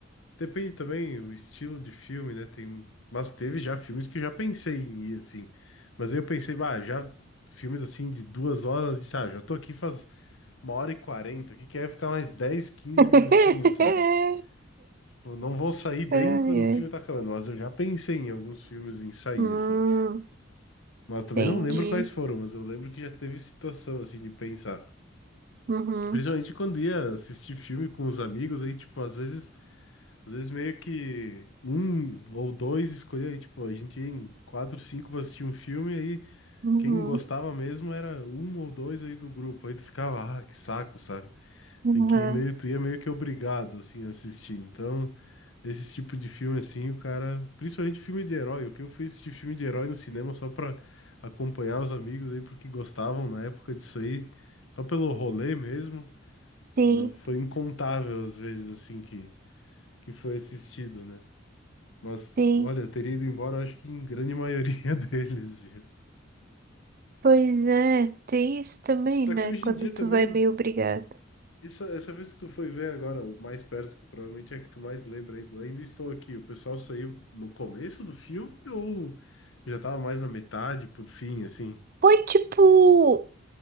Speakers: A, on the left; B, on the right.
A: depende também o estilo de filme, né? Tem, mas teve já filmes que eu já pensei em ir assim. Mas aí eu pensei, ah, já filmes assim de duas horas, de, ah, já tô aqui faz uma hora e quarenta, que quer ficar mais 10 15
B: <laughs>
A: minutinhos, sabe? Tipo, não vou sair bem
B: Ai,
A: quando o
B: ai.
A: filme tá acabando, mas eu já pensei em alguns filmes em sair,
B: Hum,
A: assim. Mas também
B: entendi.
A: não lembro quais foram, mas eu lembro que já teve situação assim de pensar.
B: Uhum,
A: Principalmente quando ia assistir filme com os amigos, aí, tipo, às vezes, às vezes meio que um ou dois escolhia, aí, tipo, a gente ia em quatro, cinco pra assistir um filme, aí
B: uhum,
A: quem gostava mesmo era um ou dois aí do grupo. Aí tu ficava, ah, que saco, sabe?
B: uhum.
A: Tem que ir meio, tu ia meio que obrigado, assim, a assistir. Então, esse tipo de filme, assim, o cara, principalmente filme de herói, o que eu fui assistir filme de herói no cinema só pra acompanhar os amigos aí, porque gostavam na época disso aí, só pelo rolê mesmo,
B: Sim,
A: não foi incontável as vezes, assim, que, que foi assistido, né? Mas,
B: sim.
A: olha, eu teria ido embora, eu acho que em grande maioria <laughs> deles, viu?
B: Pois é, tem isso também,
A: Só
B: né?
A: que hoje
B: Quando
A: em dia
B: tu
A: também.
B: vai meio obrigado.
A: Isso, essa vez que tu foi ver agora, o mais perto, que provavelmente é que tu mais lembra aí do Ainda Estou Aqui, o pessoal saiu no começo do filme ou já tava mais na metade, por fim, assim?
B: Foi tipo.